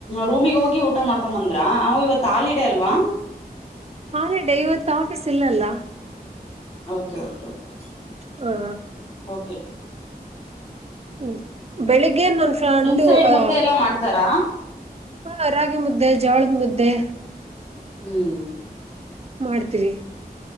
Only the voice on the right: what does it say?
ಹಾಲೆಡೆ ಇವತ್ತು ಆಫೀಸ್ ಇಲ್ಲಲ್ಲ
ಹಾ
ಹ್ಮ್ ಬೆಳಿಗ್ಗೆ ಈ ನನ್ ಫ್ರಂಡು
ಅ
ಹ ರಾಗಿ ಮುದ್ದೆ ಜವಳದ ಮುದ್ದೆ
ಮಾಡ್ತೀರಿ